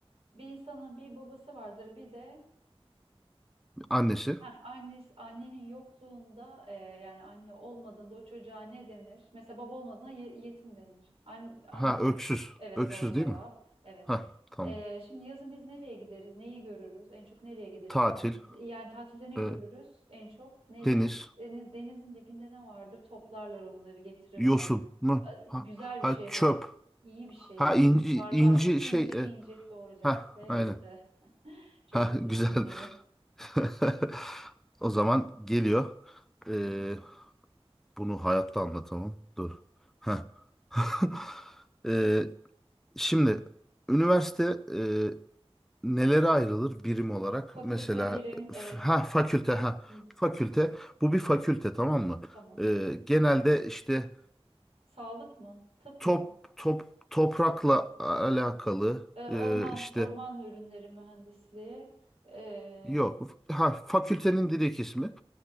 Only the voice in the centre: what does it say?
Annesi.
Ha
öksüz.
Öksüz
değil mi?
Ha tamam.
Tatil,
e,
deniz,
yosun
mu?
Ha,
ha
çöp.
Ha
inci
inci
şey e,
ha
aynen.
Ha
<laughs> güzel.
<laughs> O zaman geliyor. Ee, bunu hayatta anlatamam. Dur. Ha. <laughs> Ee, şimdi üniversite e, nelere ayrılır birim olarak?
Mesela
f- ha fakülte ha
fakülte. Bu bir fakülte tamam mı?
Ee, genelde işte
top
top toprakla alakalı
e, işte
Yok. Ha, fakültenin direkt ismi.